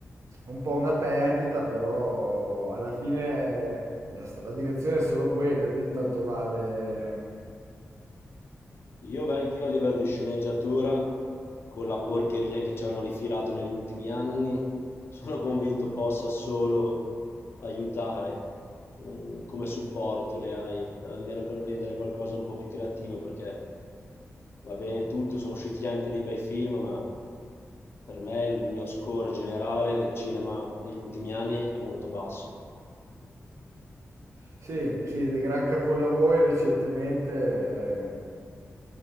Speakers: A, on the right; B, on the left.
A: un po' una perdita, però alla fine la, stra- la direzione è solo quella, quindi tanto vale.
B: Io vecchio a livello di sceneggiatura, con la porcheria che ci hanno rifilato negli ultimi anni, sono convinto possa solo aiutare, mm, come supporto le AI, per almeno quel- rendere qualcosa un po' più creativo, perché va bene tutto, sono usciti anche dei bei film, ma Per me il mio score generale del cinema negli ultimi anni è molto basso.
A: Sì, sì, dei gran capolavori recentemente. eh,